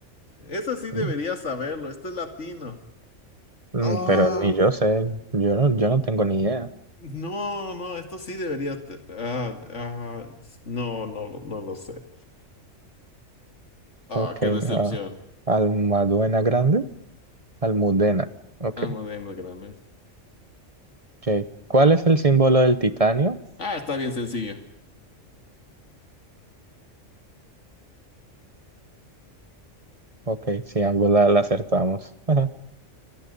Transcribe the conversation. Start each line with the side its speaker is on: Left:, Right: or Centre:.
Left: Eso sí debería
Right: Mm,
Left: saberlo. Esto es latino.
Right: mm,
Left: Ah,
Right: Pero ni yo sé, yo no, yo no tengo ni idea.
Left: no, no, esto sí debería. te- Ah, ah, no, no, lo- no lo sé. Ah,
Right: Ok,
Left: qué decepción.
Right: ah, Almaduena Grande, Almudena. Ok,
Left: Alma de Grande.
Right: ok. ¿Cuál es el símbolo del titanio?
Left: Ah, está bien sencillo.
Right: Ok, sí, ambos la, la acertamos. <laughs> Ajá,